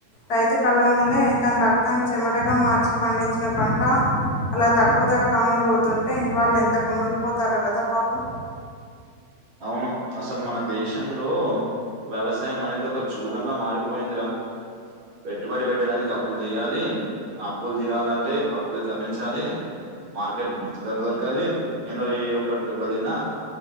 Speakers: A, on the left (about 70°); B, on the right (about 60°).
A: రైతు కళ్ళ ముందే తన రక్తాన్ని చెమటగా మార్చి పండించిన పంట అలా తక్కువ ధరక్. కమ్ముడు పోతుంటే వాళ్ళు ఎంత కుమిలి పోతారో కదా పాపం.
B: అవును అసలు మన దేశంలో వ్యవసాయం అనేది. ఒక జూదంలా మారిపోయిందిరా. పెట్టుబడి పెట్టడానికి అప్పులు చెయాలి ఆ అప్పులు తీరాలంటే. కక్ ద కరణించాలి మార్కెట్ లో మంచి ధర దొరకాలి ఏందో ఏ ఒక్కటి దెబ్బ తిన్నా.